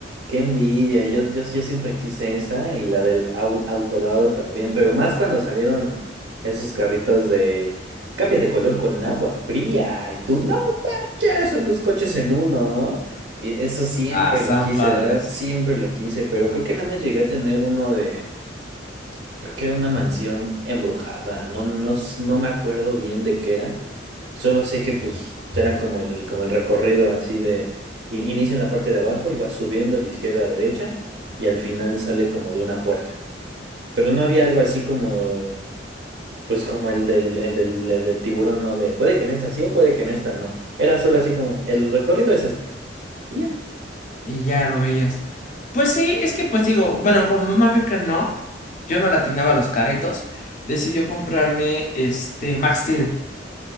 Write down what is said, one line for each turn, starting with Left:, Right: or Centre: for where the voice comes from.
Right: Qué envidia. Yo, yo, yo siempre quise esa y la del au- autolavado también, pero más cuando salieron esos carritos de cambia de color con agua fría y tú, no manches, son dos coches en uno, ¿no? Y eso siempre
Left: Ah, estaban
Right: lo quise,
Left: padres.
Right: de verdad, siempre lo quise, pero creo que nada más llegué a tener uno de... Creo que era una mansión embrujada, no, no, s- no me acuerdo bien de qué era, solo sé que pues era como el, como el recorrido así de, in- inicia en la parte de abajo y va subiendo de izquierda a derecha y al final sale como de una puerta, pero no había algo así como, pues como el del, el del, el del tiburón, no de, puede que en esta sí o puede que en esta no, era solo así como, el recorrido es este, y ya.
Left: Y ya lo veías. Pues sí, es que pues digo, bueno, como mamá vio que no, yo no latinaba los carritos, decidió comprarme este Max Steel.